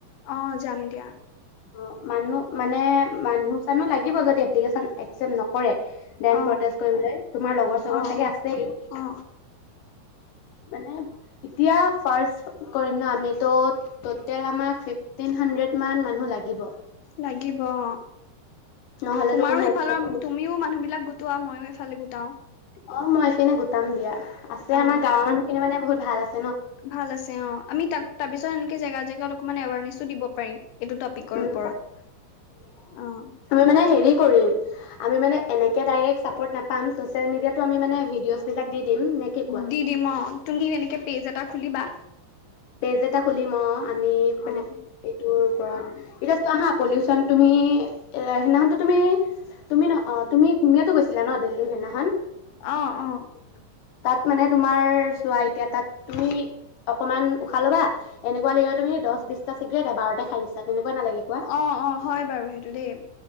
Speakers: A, on the left; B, on the left.
A: অ' যাম দিয়া।
B: অ' মানুহ মানে মানুহ চানো লাগিব যদি এপ্লিকেশ্যন <unintelligible> নকৰে দেন
A: অ
B: কৰিবলৈটো আমি প্ৰটৈষ্ট কৰিবলৈ, তোমাৰ লগৰ চগৰ
A: অ
B: চাগে আছে
A: অ
B: মানে। এতিয়া চাইজ কৰিম ন, আমিতো ট'টেল আমাক ফিফটিন হাণ্ড্ৰেড মান মানুহ লাগিব।
A: লাগিব অ
B: নহ'লেতো
A: তোমাৰো
B: কোনো
A: সেইফালৰ,
B: একচেপ্ট
A: তুমিও মানুহ বিলাক গোটোৱা, মইও এইফালে গোটাও।
B: অ, মই এইফালে গোটাম দিয়া আছে
A: অ
B: আমাৰ গাঁৱৰ মানুহখিনি মানে বহুত ভাল আছ
A: ভাল হৈছে অ, আমি তাক তাৰপিছত এনেকে জেগা জেগাত অলমান এৱাৰনেছো দিব পাৰিম, এইটো টপিকৰ
B: উম,
A: ওপৰত, অ
B: এনে হেৰি কৰোঁ, আমি মানে এনেকে দাইৰেক্ট চাপ'ৰ্ট নাপাম, চ'চ চচিয়েল মিডিয়াটো আমি মানে ভিডিঅ'ছবিলাক দি দিম, নে কি কোৱা?
A: দি দিম অ তুমি এনেকে পেজ এটা খুলিবা
B: পেজ এটা খুলিম অ' আমি মানে
A: অ
B: এইটোৰ ওপৰত
A: অ
B: এতিয়া চোৱা হা পলিউচন তুমি এ সেইদিনাখনতো তুমি তুমি ন, অ তুমি তুমিয়েতো গৈছিলা ন দিল্লী সেইদিনাখন?
A: অ অ
B: তাত মানে তোমাৰ চোৱা এতিয়া তাত তুমি অকমান ভাল হবা, এনেকুৱা লাগিব তুমি দহ-বিশটা চিগৰেট এবাৰতে খাই দিছা তেনেকুৱা নালাগে কোৱা।
A: অ অ হয় বাৰু সেইটো দেই